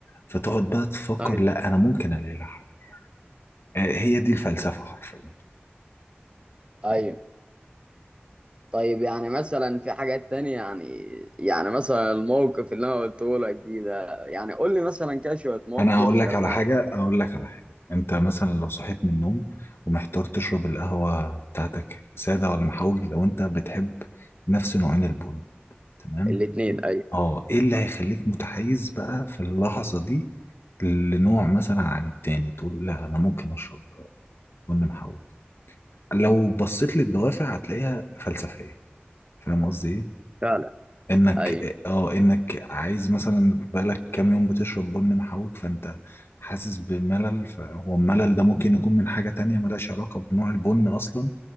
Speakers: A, on the left (about 75°); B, on the right (about 30°).
A: فتقعد بقى تفكر
B: طيب
A: لا أنا ممكن ألاقي لها حل آه، هي دي الفلسفة حرفيا
B: طيب طيب يعني مثلا في حاجات تانية يعني يعني مثلا الموقف اللي انا قلته لك دي ده يعني قول لي مثلا كده شوية موقف
A: أنا أقول لك
B: لما
A: على حاجة أقول لك على حاجة أنت مثلا لو صحيت من النوم ومحتار تشرب القهوة بتاعتك سادة ولا محوج لو أنت بتحب نفس نوعين البن تمام
B: الاتنين ايوه
A: اه ايه اللي هيخليك متحيز بقى في اللحظة دي لنوع مثلا عن التاني تقول لا انا ممكن اشرب بن محوج لو بصيت للدوافع هتلاقيها فلسفية فاهم قصدي ايه
B: فعلا
A: انك
B: ايوه
A: اه انك عايز مثلا بقالك كام يوم بتشرب بن محوج فانت حاسس بملل فهو الملل ده ممكن يكون من حاجة تانية ملهاش علاقة بنوع البن اصلا